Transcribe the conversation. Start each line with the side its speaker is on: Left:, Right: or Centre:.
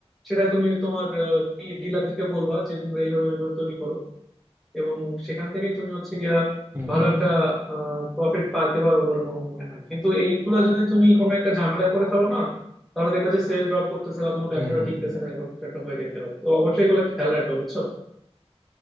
Centre: সেটাই তুমি তোমার ডিলারদেরকে বলবা যে তোমরা এইভাবে এইভাবে তৈরি করো এবং সেখান থেকেই তুমি হচ্ছে গিয়া
Right: হুম
Centre: ভালো
Right: হুম
Centre: একটা প্রফিট পাইতে পারো বলে আমার মনে হয় কিন্তু এইগুলা যদি তুমি কোনো একটা ঝামেলা করে ফেলো না তাহলে দেখবা যে সেল ড্রপ করতেছে বা তোমার ব্যবসাটা
Right: হুম হুম।
Centre: টিকতেছে না এরকম কিছু একটা হয়ে যাইতে পারে তো অবশ্যই এগুলো খেয়াল রাখবা বুঝছো